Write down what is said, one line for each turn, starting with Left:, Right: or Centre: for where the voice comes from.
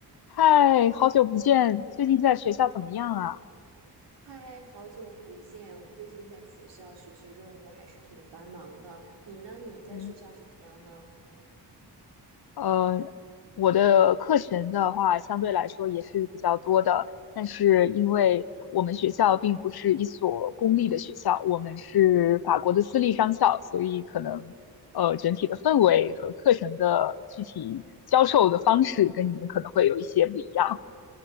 Left: 嗨，好久不见，最近在学校怎么样啊？
Right: 嗨，好久不见！我最近在学校学习任务还是挺繁忙的。你呢？你在学校怎么样呢？
Left: 嗯，呃，我的课程的话，相对来说也是比较多的，但是因为我们学校并不是一所公立的学校，我们是法国的私立商校，所以可能呃整体的氛围和课程的具体教授的方式跟你们可能会有一些不一样。